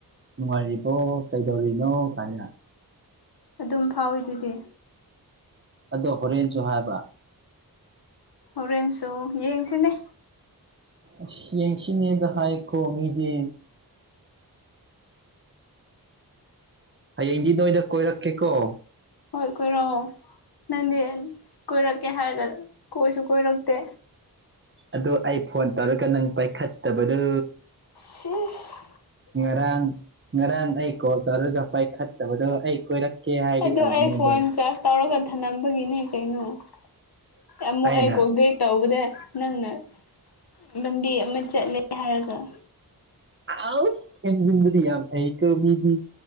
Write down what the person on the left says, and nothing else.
ꯑꯗꯨꯝ ꯐꯥꯎꯋꯤꯗꯨꯗꯤ
ꯍꯣꯔꯦꯟꯁꯨ ꯌꯦꯡꯁꯤꯅꯦ
ꯍꯣꯏ ꯀꯣꯏꯔꯛꯑꯣ ꯅꯪꯗꯤ ꯀꯣꯏꯔꯛꯀꯦ ꯍꯥꯏꯔꯒ ꯀꯣꯏꯁꯨ ꯀꯣꯏꯔꯛꯇꯦ
ꯁꯤꯏ꯭ꯁ
ꯑꯗꯣ
ꯑꯩ ꯐꯣꯟ
ꯆꯥꯔꯖ ꯇꯧꯔꯒ ꯊꯅꯝꯕꯒꯤꯅꯦ ꯀꯩꯅꯣ ꯑꯃꯨꯛ
ꯑꯩ ꯀꯣꯜ ꯕꯣꯛ ꯇꯧꯕꯗ ꯅꯪꯅ ꯂꯝꯕꯤ ꯑꯃ ꯆꯠꯂꯦ ꯍꯥꯏꯔꯒ